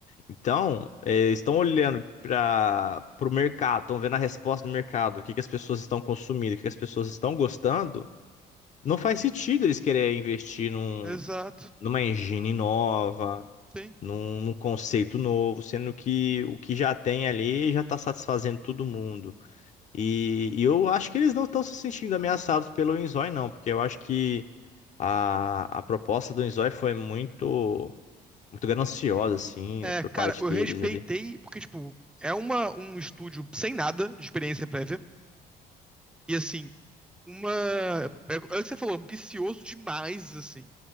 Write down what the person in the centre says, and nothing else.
Exato,
sim.
É,
cara,
eu
respeitei,
porque, tipo, é uma, um estúdio sem nada de experiência prévia, e assim, uma. É, é o que você falou, ambicioso demais, assim.